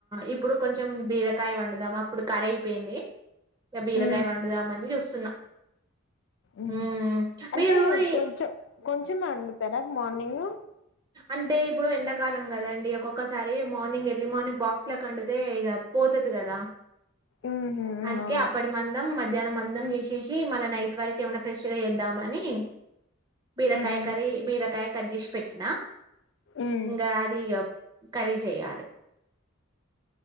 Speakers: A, on the right; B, on the left.
A: ఇప్పుడు కొంచెం బీరకాయ వండుదామా ఇప్పుడు కర్రీ అయిపోయింది ఇగ బీరకాయ
B: ఉమ్
A: వండుదామని చూస్తున్నా
B: మ్మ్
A: హ్మ్.
B: హ్ అంటే
A: మీరు ఈ
B: కొంచం కొంచమే వండుతారా మార్నింగు
A: అంటే ఇప్పుడు ఎండా కాలం కదండి ఒక్కొక్కసారి మార్నింగ్ ఎర్లీ మార్నింగ్ బాక్స్ లకు వండుతే ఇక పోతది కదా
B: ఉహు ఉమ్,
A: అందుకే
B: అవును
A: అప్పటి మందం మధ్యాహ్నం మందం చేసేసి మళ్ళ నైట్ వర కి ఏమన్నా ఫ్రెష్ గా చేద్దాం అని బీరకాయ
B: ఉహు
A: కర్రి బీరకాయ కట్ చేసి పెట్ నా
B: ఉమ్
A: ఇంగ అదిగ కర్రీ జేయాలి